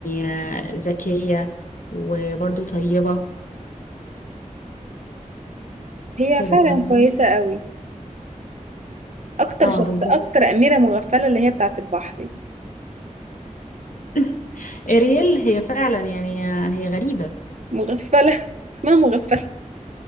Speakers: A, on the left (about 75°); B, on the right (about 60°).
A: آه، ذكية وبرضه طيبة
B: هي
A: كده
B: فعلا
A: فاهماني
B: كويسة قوي اكتر
A: اه
B: شخص
A: بالظبط
B: اكتر اميرة مغفلة اللي هي بتاعة البحر دي
A: <laughs> إريل هي فعلا يعني آه، هي غريبة
B: مغفلة <laughs> اسمها مغفلة